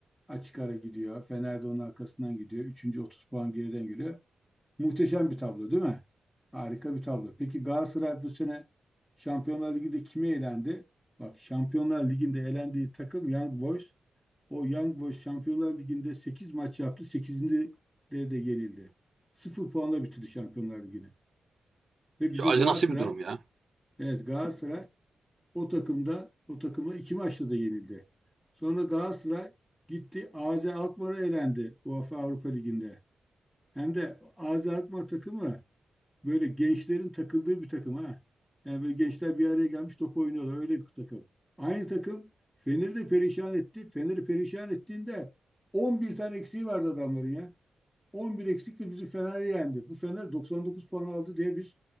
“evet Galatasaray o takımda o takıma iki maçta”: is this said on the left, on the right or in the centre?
Centre